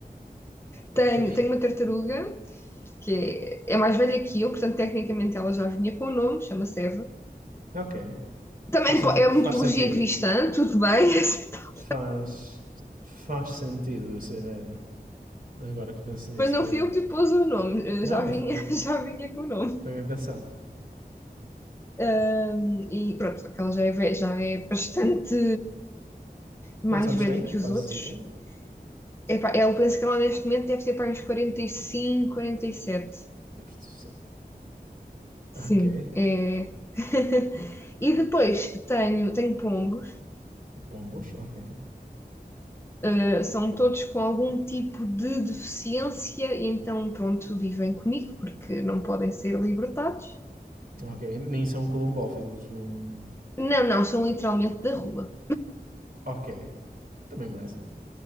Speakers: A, on the right; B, on the left.
A: Ok,
B: Tenho, tenho uma tartaruga. que é, é mais velha que eu, portanto, tecnicamente ela já vinha com o nome, chama-se Eva.
A: <laughs> ok.
B: Também
A: Faz, sen-
B: é uma
A: faz
B: mitologia
A: sentido.
B: cristã, tudo bem, <laughs>
A: Faz, faz sentido ser Edo. Agora que penso nisso
B: mas não
A: realmente.
B: fui eu que lhe pôs o nome, eh,
A: Não,
B: já
A: mas
B: vinha,
A: foi,
B: <laughs> já vinha com o nome.
A: foi bem pensado.
B: Ahm, e pronto, só ela já é, já é bastante
A: Quantos
B: mais
A: anos
B: velha
A: tem?
B: que
A: Fazes
B: os outros.
A: ideia?
B: Epá, eu penso que ela neste momento deve ter para uns 45, 47.
A: Deus do céu. Ok.
B: Sim, é. <laughs> E depois tenho, tenho pombos.
A: Pombos, ok.
B: Uh, são todos com algum tipo de deficiência, e então, pronto, vivem comigo porque não podem ser libertados.
A: Ok, nem são columbófilos, não...
B: Não, não, são literalmente da rua.
A: Ok, também merecem.